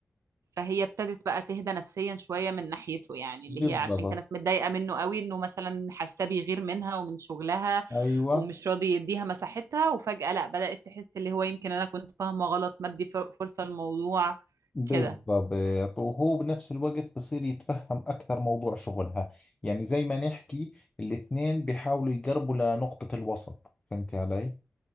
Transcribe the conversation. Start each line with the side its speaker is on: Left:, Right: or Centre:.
Right: فهي ابتدت بقى تهدى نفسيا شوية من ناحيته يعني
Left: بالضبط
Right: اللي هي عشان كانت متضايقة منه قوي انه مثلا حاساه بيغير منها ومن شغلها
Left: أيوة
Right: ومش راضي يديها مساحتها وفجأة لا بدأت تحس اللي هو يمكن انا كنت فاهمة غلط ما ادي فر- فرصة للموضوع
Left: بالضبط
Right: كده
Left: وهو بنفس الوقت بصير يتفهم أكثر موضوع شغلها يعني زي ما نحكي الاثنين بيحاولوا يقربوا لنقطة الوسط فهمتي علي؟